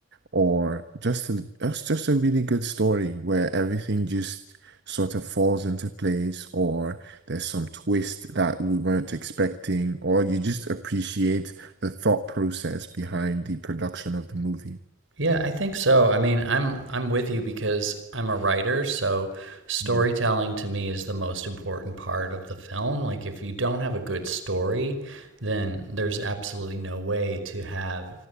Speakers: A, on the right; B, on the right.
A: or just a just just a really good story where everything just sort of falls into place, or there's some twist that we weren't expecting, or you just appreciate the thought process behind the production of the movie.
B: Yeah, I think so. I mean, I'm I'm with you because I'm a writer, so storytelling
A: Mm,
B: to me is the most important part of the film. Like if you don't have a good story, then there's absolutely no way to have